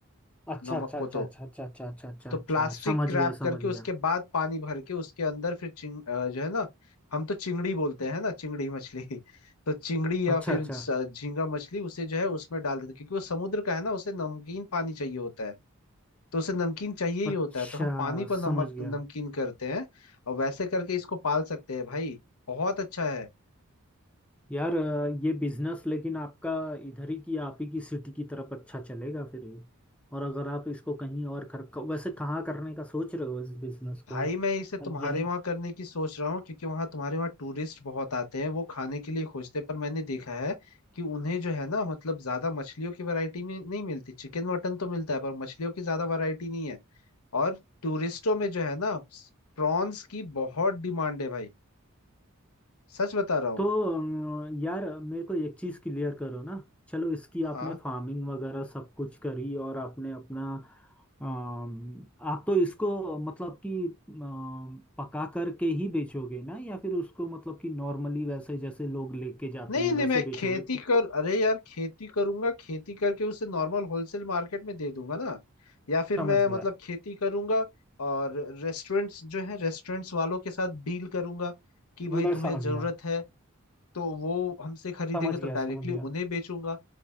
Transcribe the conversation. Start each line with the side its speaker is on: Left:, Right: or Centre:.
Centre: अच्छा
Left: नमक
Centre: अच्छा
Left: को
Centre: अच्छा
Left: तो
Centre: अच्छा अच्छा अच्छा अच्छा अच्छा
Left: तो
Centre: अच्छा
Left: प्लास्टिक
Centre: समझ
Left: रैप
Centre: गया
Left: करके
Centre: समझ गया
Left: उसके बाद पानी भर के उसके अंदर फिर चिंग अ, जो है ना हम तो चिंगड़ी बोलते हैं ना चिंगड़ी मछली <laughs> तो चिंगड़ी या
Centre: अच्छा
Left: फिर
Centre: अच्छा
Left: स- झींगा मछली उसे जो है उसमें डाल देते क्योंकि वो समुद्र का है ना उसे नमकीन पानी चाहिए होता है तो उसे नमकीन चाहिए ही
Centre: अच्छा
Left: होता है तो हम पानी को
Centre: समझ
Left: नमक
Centre: गया
Left: नमकीन करते हैं और वैसे करके इसको पाल सकते हैं भाई बहुत अच्छा है
Centre: यार अ, ये बिजनेस लेकिन आपका इधर ही की आप ही की सिटी की तरफ अच्छा चलेगा फिर ये और अगर आप इसको कहीं और कर क- वैसे कहाँ करने का सोच रहे हो इस बिजनेस
Left: भाई
Centre: को
Left: मैं इसे तुम्हारे
Centre: यहीं
Left: वहां करने की सोच रहा हूँ क्योंकि वहां तुम्हारे वहां टूरिस्ट बहुत आते हैं वो खाने के लिए खोजते हैं पर मैंने देखा है कि उन्हें जो है ना मतलब ज्यादा मछलियों की वैरायटी में नहीं मिलती चिकन मटन तो मिलता है पर मछलियों की ज्यादा वैरायटी नहीं है और टूरिस्टों में जो है ना प्रॉन्स की बहुत डिमांड है भाई सच बता रहा हूँ
Centre: तो अम, यार मेरे को एक चीज क्लियर करो ना चलो इसकी आपने
Left: हाँ
Centre: फार्मिंग वगैरह सब कुछ करी और आपने अपना अम, आप तो इसको मतलब कि अम, पका करके ही बेचोगे ना या फिर उसको मतलब कि नॉर्मली वैसे जैसे लोग लेके जाते
Left: नहीं
Centre: हैं
Left: नहीं
Centre: वैसे
Left: मैं
Centre: बेचोगे
Left: खेती
Centre: कि-
Left: कर अरे यार खेती करूंगा खेती करके उसे नॉर्मल होलसेल मार्केट में दे दूंगा ना या फिर
Centre: समझ
Left: मैं
Centre: गया
Left: मतलब खेती करूंगा और रेस्टोरेंट्स जो है रेस्टोरेंट्स वालों के साथ डील करूंगा कि भाई
Centre: मैं
Left: तुम्हें
Centre: समझ
Left: जरूरत
Centre: गया
Left: है तो वो हमसे खरीदेंगे
Centre: समझ
Left: तो
Centre: गया
Left: डायरेक्टली
Centre: समझ गया
Left: उन्हें बेचूंगा